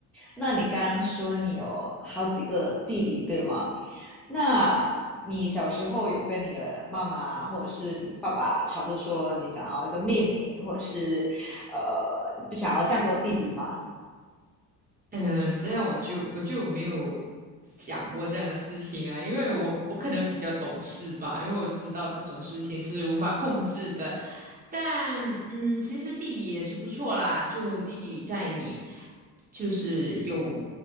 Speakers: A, in the centre; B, on the right.
A: 那你刚刚说你有好几个弟弟，对吗？那你小时候有跟你的妈妈或者是你爸爸吵着说你想要一个妹妹，或者是呃你不想要这样多弟弟吗？
B: 嗯，这样我就我就没有想过这样的事情啊，因为我我可能比较懂事吧，因为我知道这种事情是无法控制的。但嗯，其实弟弟也是不错啦，就弟弟在你。就是有